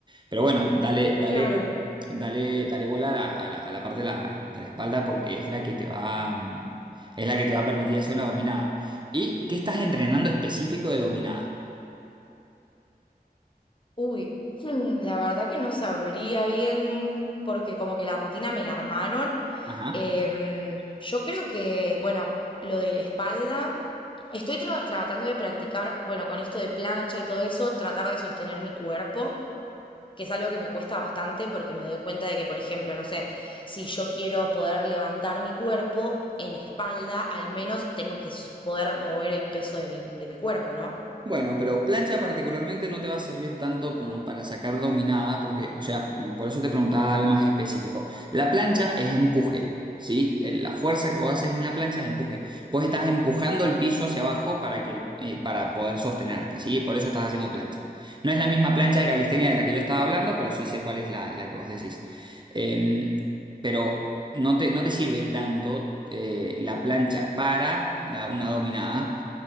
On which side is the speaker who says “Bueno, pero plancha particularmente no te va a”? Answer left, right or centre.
Right